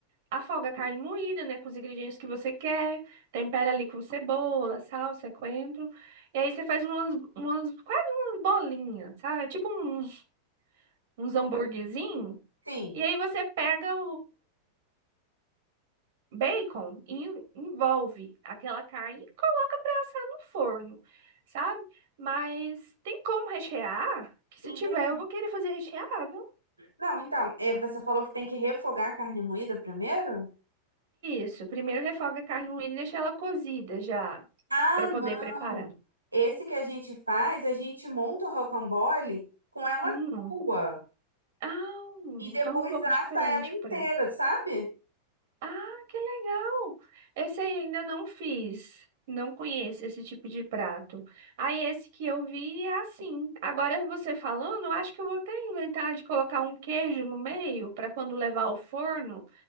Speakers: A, on the right; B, on the right.
A: Afoga a carne moída, né? Com os ingredientes que você quer. Tempera ali com cebola, salsa, coentro. E aí você faz umas, umas quase umas bolinhas, sabe? É Tipo uns, uns hamburguezinhos.
B: Sim,
A: E aí você pega bacon e envolve aquela carne e coloca para assar no forno, sabe? Mas tem como rechear? Que se
B: entendi.
A: tiver, eu vou querer fazer recheado.
B: Não, então, é, você falou que tem que refogar a carne moída primeiro?
A: Isso, primeiro refoga a carne moída e deixa ela cozida já,
B: Ah,
A: para poder
B: não.
A: preparar.
B: Esse que a gente faz, a gente monta o rocambole com ela
A: Hum.
B: crua
A: Ah,
B: e depois
A: então é um pouco
B: assa
A: diferente
B: ela inteira,
A: o prato.
B: sabe?
A: Ah, que legal! Esse aí ainda não fiz. Não conheço esse tipo de prato. Aí esse que eu vi é assim. Agora você falando, eu acho que eu vou até inventar de colocar um queijo no meio para quando levar ao forno,